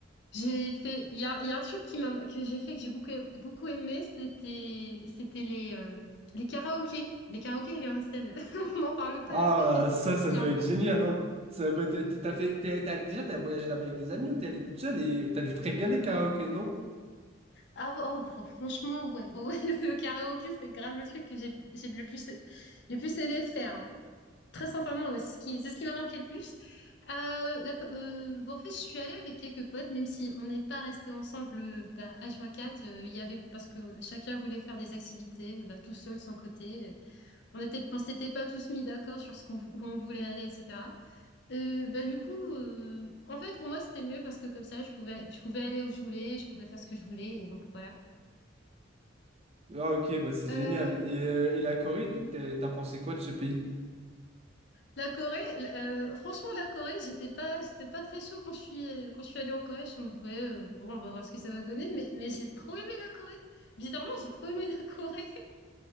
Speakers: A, on the left; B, on the right.
A: J'ai fait, il y a, il y a un truc qui m'a, que j'ai fait, que j'ai beaucoup, beaucoup aimé, c'était, c'était les, euh, les karaokés, les karaokés et les onsen. <laughs> On n'en parle pas
B: Ah,
A: assez, mais c'est
B: euh, ça,
A: très
B: ça
A: bien
B: doit être
A: ça.
B: génial, hein. Ça, bah, t'as, t'as fait, t'as, t'as- déjà, t'as voyagé là-bas avec des amis ou t'es allé toute seule et t'as dû te régaler karaoké, non?
A: Ah ouais, oh, fr- franchement, ouais, ouais, ouais, <laughs> le karaoké, c'est grave le truc que j'ai j'ai le plus, le plus aimé faire. hein. Très sincèrement, ouais, c'est ce qui, c'est ce qui m'a marqué le plus. Euh, la- euh, bon, en fait, je suis allée avec quelques potes, même si on n'est pas resté ensemble euh, bah, H24. euh, Il y avait, parce que chacun voulait faire des activités, euh, bah, tout seul, de son côté. euh. On était, on s'était pas tous mis d'accord sur ce qu'on, où on voulait aller, etc. Euh, bah, du coup, euh, en fait, pour moi, c'était mieux parce que comme ça, je pouvais, je pouvais aller où je voulais, je pouvais faire ce que je voulais. Et donc, voilà.
B: Ah, ok, bah c'est
A: Euh,
B: génial. Et, euh, et la Corée, t'as t'as pensé quoi de ce pays?
A: la Corée, euh, franchement, la Corée, j'étais pas, j'étais pas très chaud quand je suis, quand je suis allée en Corée. Je me disais, ouais, euh, bon, on va voir ce que ça va donner, mais, mais j'ai trop aimé la Corée. Bizarrement, j'ai trop aimé la Corée. <laughs>